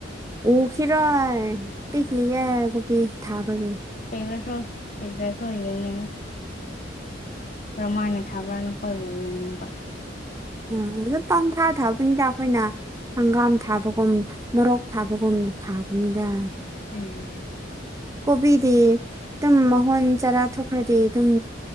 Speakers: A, on the right; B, on the left.
A: ꯎꯈꯤꯔꯣꯏ ꯄꯤꯛꯂꯤ ꯌꯦ ꯄꯤ ꯊꯥꯕꯒꯤ
B: ꯄꯤꯛꯂꯁꯨ ꯄꯤꯛꯇ꯭ꯔꯁꯨ ꯌꯦꯡꯅꯤꯡꯉꯦ ꯀꯗꯨꯃꯥꯏꯟꯅ ꯊꯥꯕ꯭ꯔ ꯅꯈꯣꯏꯕꯨ ꯌꯦꯡꯅꯤꯡꯕ
A: ꯎꯝ ꯑꯗꯨꯗ ꯄꯪꯊꯥ ꯊꯥꯕꯅꯤꯗ ꯑꯩꯈꯣꯏꯅ ꯍꯪꯒꯥꯝ ꯊꯥꯕꯒꯨꯝ ꯃꯣꯔꯣꯛ ꯊꯥꯕꯒꯨꯝꯅ ꯊꯥꯕꯅꯤꯗ
B: ꯎꯝ
A: ꯀꯨꯕꯤꯗꯤ ꯑꯗꯨꯝ ꯃꯍꫭꯟ ꯆꯔꯥ ꯊꯣꯛꯈ꯭ꯔꯗꯤ ꯑꯗꯨꯝ